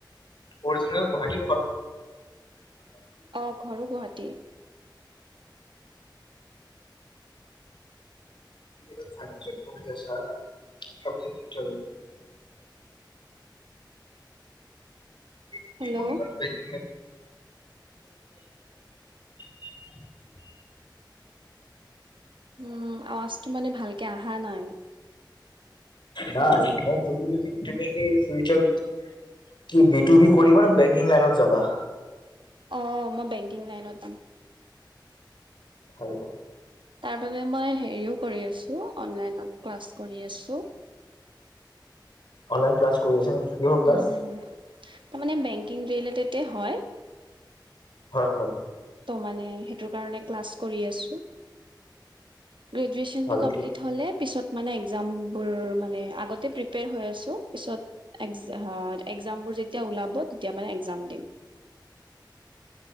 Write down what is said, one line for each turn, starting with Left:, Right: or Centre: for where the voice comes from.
Left: অৰিজিনেল গুৱাহাটীৰ হয়।
Right: অ, ঘৰো গুৱাহাটী।
Left: ছ ভাব <unintelligible> ানখ
Right: হেল্ল',
Left: এইি কৰিান দেখ <unintelligible>
Right: উম আৱাজটো মানে ভালকে অহা নাই।
Left: নাই মই সুধিলো যে কি তুমি কি ফিউচাৰত কি বি টু বি কৰিবা নে বেংকিং লাইনত যাবা।
Right: অ, মই বেংকিং লাইনত দিম।
Left: হয়িব <unintelligible>
Right: তাৰ বাবে মই হেৰিও কৰি আছো অনলাইনত ক্লাছ কৰি আছো।
Left: অনলাইন ক্লাছ কৰি আছা নেকি? কিহৰ ক্লাছ?
Right: উম ম ম তাৰ মানে বেংকিং ৰিলেটেড হয়।
Left: হয় হয়।
Right: ত' মানে সেইটো কাৰণে ক্লাছ কৰি আছো। গ্ৰেজুৱেশ্যনটো
Left: ভালে
Right: কমপ্লিট
Left: দে
Right: হ'লে পিছত মানে একজামবোৰ মানে আগতে প্ৰিপেয়াৰ হৈ আছো পিছত একজামবোৰ যেতিয়া ওলাব তেতিয়া মানে একজাম দিম।
Left: <inaudible>